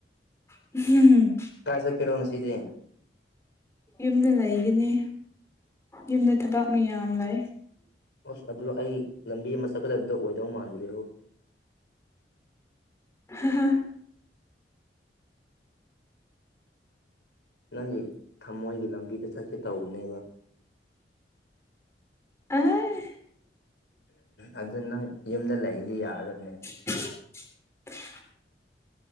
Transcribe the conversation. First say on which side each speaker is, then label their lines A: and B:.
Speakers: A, on the left; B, on the left.
A: <inaudible>
B: ꯀꯥꯏ ꯆꯠꯀꯦꯔꯣ ꯉꯁꯤꯗꯤ꯫
A: ꯌꯨꯝꯗ ꯂꯩꯒꯅꯤ ꯌꯨꯝꯗ ꯊꯕꯛ ꯃꯌꯥꯝ ꯂꯩ꯫
B: ꯑꯁ ꯑꯗꯨ ꯑꯩ ꯂꯝꯕꯤ ꯑꯃ ꯆꯠꯀꯗꯕꯗꯣ ꯑꯣꯏꯗꯧ ꯃꯥꯟꯗ꯭ꯔꯦꯕꯣ꯫
A: ꯍꯥ ꯍꯥ꯫
B: ꯅꯪꯒꯤ ꯊꯃꯣꯏꯒꯤ ꯂꯝꯕꯤꯗ ꯆꯠꯀꯦ ꯇꯧꯕꯅꯦꯕ꯫
A: ꯑꯥꯏ꯫
B: ꯑꯗꯨ ꯅꯪ ꯌꯨꯝꯗ ꯂꯩꯔꯗꯤ ꯌꯥꯔꯣꯏꯅꯦ꯫
A: <inaudible>